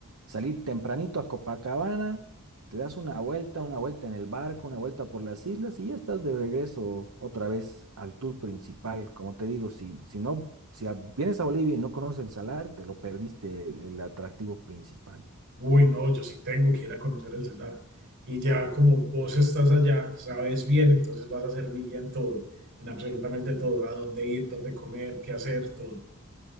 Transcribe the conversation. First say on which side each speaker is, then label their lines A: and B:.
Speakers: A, on the right; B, on the right.
A: salir tempranito a Copacabana, te das una vuelta, una vuelta en el barco, una vuelta por las islas y ya estás de regreso otra vez al tour principal. Como te digo, si, si no, si a- vienes a Bolivia y no conoces el salar, te lo perdiste el el atractivo principal.
B: Uy, no, yo sí tengo que ir a conocer el salar. Y ya como vos estás allá, sabes bien, entonces vas a ser mi guía en todo, en absolutamente todo, a dónde ir, dónde comer, qué hacer, todo.